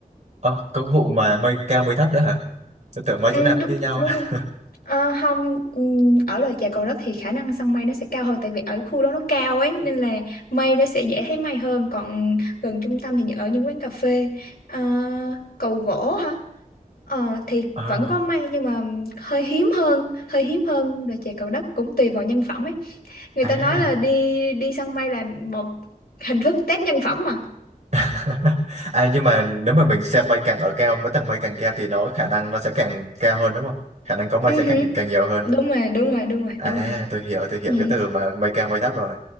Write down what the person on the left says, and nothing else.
Ừ,
đúng
đúng
rồi. Ờ, không ừ, ở đồi chè Cầu Đất thì khả năng săn mây nó sẽ cao hơn tại vì ở khu đó nó cao ấy nên là mây nó sẽ dễ thấy mây hơn còn gần trung tâm thì ở những quán cà phê Ờ, cầu gỗ hả Ờ, thì
vẫn có mây nhưng mà hơi hiếm hơn hơi hiếm hơn đồi chè Cầu Đất cũng tùy vào nhân phẩm ấy người
ta nói là đi đi săn mây là một hình thức test nhân phẩm mà
Ừ
hử.
đúng rồi đúng rồi đúng rồi
đúng rồi
Ừ.